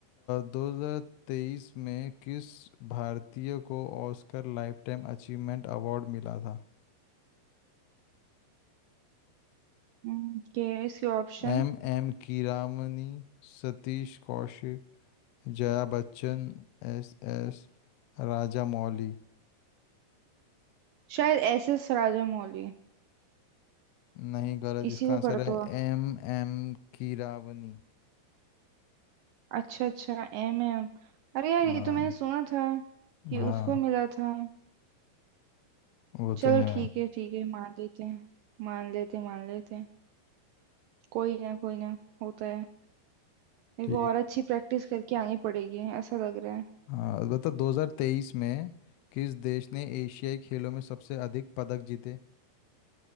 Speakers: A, on the left (about 80°); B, on the right (about 80°).
A: दो हजार तेईस में किस भारतीय को ऑस्कर लाइफटाइम अचीवमेंट अवार्ड मिला था
B: हम्म, के इसके ऑप्शन
A: M M Keeravani Satish Kaushik Jaya Bachchan S S Rajamouli
B: शायद एस एस राजामौली
A: नहीं गलत
B: इसी
A: इसका
B: को
A: आंसर
B: कर दो
A: है एम एम कीरावनी
B: अच्छा अच्छा एम एम अरे यार
A: हाँ
B: ये तो मैंने सुना था कि
A: हाँ
B: उसको मिला था
A: वो
B: चलो
A: तो है
B: ठीक है ठीक है मान लेते हैं मान लेते हैं, मान लेते हैं कोई ना कोई ना होता है मेरे
A: ठीक
B: को और अच्छी प्रैक्टिस करके आनी पड़ेगी ऐसा लग रहा है
A: हाँ बता 2023 में किस देश ने एशियाई खेलों में सबसे अधिक पदक जीते